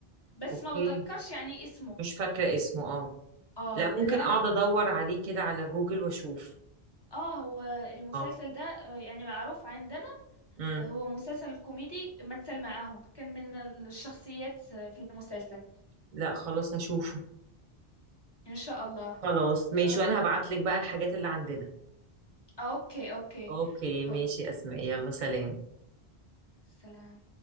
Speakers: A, on the left (about 30°); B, on the right (about 55°).
A: بس
B: اوكي
A: ما بتذكرش يعني اسمه
B: مش فاكره اسمه اه
A: اه
B: لا ممكن
A: ده
B: اقعد ادور عليه كده على جوجل واشوف
A: اه هو المسلسل
B: اه
A: ده آه، يعني معروف عندنا
B: امم
A: آه، هو مسلسل كوميدي مثل معاهم كان من الشخصيات آه، في المسلسل
B: لا خلاص هشوفه
A: ان شاء الله
B: خلاص ماشي
A: آه،
B: وانا هبعت لك بقى الحاجات اللي عندنا
A: آه، اوكي اوكي
B: اوكي ماشي
A: أو-
B: اسماء يلا سلام
A: سلام